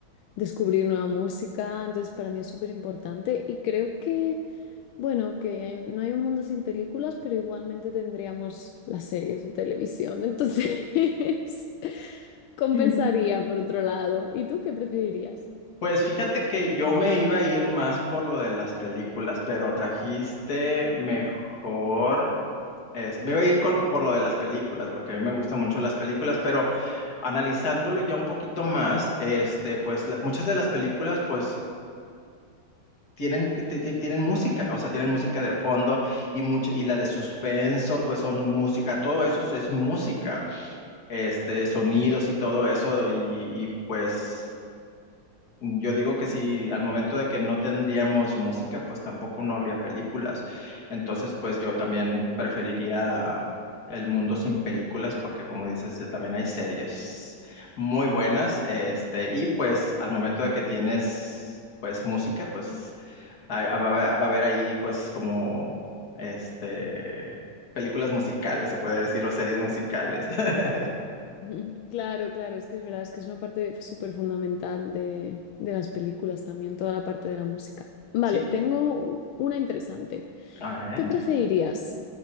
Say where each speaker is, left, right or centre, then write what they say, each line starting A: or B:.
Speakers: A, on the left; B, on the left.
A: descubrir nueva música, entonces para mí es súper importante y creo que, bueno, que hay- no hay un mundo sin películas, pero igualmente tendríamos las series de televisión, entonces <laughs> compensaría
B: Mm.
A: por otro lado. ¿Y tú qué preferirías?
B: Pues fíjate que yo me iba a ir más por lo de las películas, pero trajiste mejor, este, me iba a ir con, por lo de las películas, porque a mí me gustan mucho las películas, pero analizándolo ya un poquito más, este, pues la- muchas de las películas, pues tienen, que- te- te- tienen música, o sea, tienen música de fondo y mucho, y la de suspenso, pues son música, todo eso es música, este, sonidos y todo eso, y, y pues yo digo que si al momento de que no tendríamos música, pues tampoco no habría películas. Entonces, pues yo también preferiría el mundo sin películas, porque como dices, ya también hay series muy buenas, este, y pues al momento de que tienes pues música, pues hay- va, a haber va a haber ahí pues como este películas musicales, se puede decir, o series musicales. <laughs>
A: <laughs> Ujú. Claro, claro, es que es verdad, es que es una parte súper fundamental de, de las películas también, toda la parte de la música. Vale,
B: Sí,
A: tengo u- una interesante.
B: a ver.
A: ¿Qué preferirías?